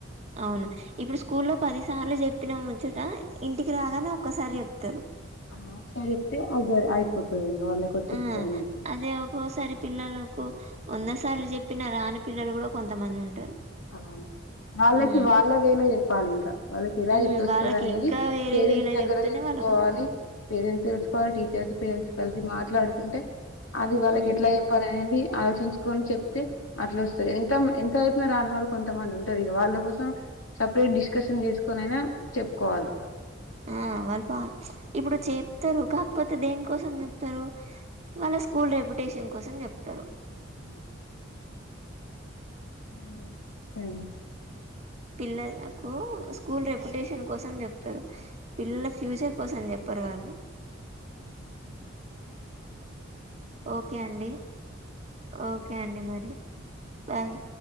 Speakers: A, on the right; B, on the left.
A: అవును ఇప్పుడు స్కూల్లో పది సార్లు జెప్పినమ్ చట ఇంటికి రాగానే ఒక్కసారి జెప్తారు
B: ఆ ఒకసారి జేప్తే అయి అయిపోతుంది ఇంకా వాళ్ళకి వచ్చేస్తది
A: ఆ అదే ఒక్కోసారి పిల్లలకు వంద సార్లు జెప్పిన రాని పిల్లలు కుడా కొంతమంది ఉంటారు
B: అవును వాళ్ళకి
A: ఉమ్
B: వాళ్ళ వే లో జె ప్పాలింకా వాళ్ళకి ఎలా
A: ఉమ్
B: జేప్తే వస్తాదనేది
A: వాళ్ళకి ఇంకా వేరే
B: పేరెంట్స్
A: వేలా
B: దగ్గర
A: చెప్తేనే
B: తెలుసుకోవాలి
A: వాళ్ళక
B: పేరెట్స్ జూసుకోవాల్ టీచర్స్ పేరట్స్ కలిసి మాట్లాడుకుంటే అది వాళ్ళకి
A: ఉమ్
B: ఎట్లా జెప్పాలనేది ఆలోచించుకొని చెప్తే అట్ల వస్తది ఇంకా ఎంత చేప్పిన రానోలు, కొంతమంది ఉంటారు ఇగ వాళ్ళ కోసం సపరేట్ డిస్కషన్ జెసుకొనైనా చెప్పుకోవాలి.
A: ఆ వాల్పా ఇప్పుడు చే ప్తారు కాకపోతే దేనికోసం చేప్తారు. మళ్ళ స్కూల్ రేపు డే కోసం జెప్తారు.
B: అ <inaudible> హ్మ్
A: పిల్లళ్లకు స్కూల్ రెపుటేషన్ కోసం జేప్తారు. పిల్లల ఫ్యూచర్ కోసం, పర్వాల్లే
B: <inaudible>
A: ఓకే అండి ఓకే అండి మ రి బాయ్.